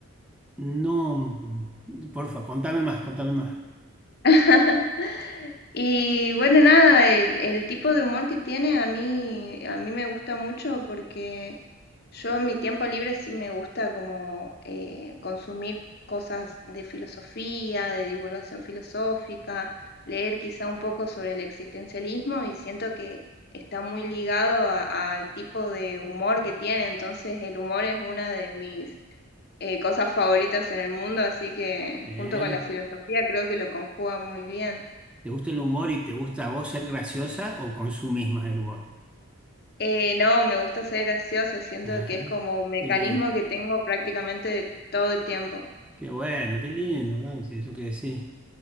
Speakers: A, in the centre; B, on the left.
A: no. Porfa, contame más, contame más.
B: <laughs> Y bueno, nada, el, el tipo de humor que tiene a mí, a mí me gusta mucho porque yo en mi tiempo libre sí me gusta como eh, consumir cosas de filosofía, de divulgación filosófica, leer quizá un poco sobre el existencialismo y siento que está muy ligado a- al tipo de humor que tiene, entonces el humor es una de mis eh, cosas favoritas en el mundo, así que
A: ¿Eh?
B: junto con la filosofía creo que lo conjuga muy bien.
A: ¿Te gusta el humor y te gusta a vos ser graciosa o consumís más el humor?
B: Eh, no, me gusta ser graciosa, siento
A: Ajá.
B: que es como un mecanismo
A: Qué lindo.
B: que tengo prácticamente de todo el tiempo.
A: Qué bueno, qué lindo. ah, sí, Eso que decís.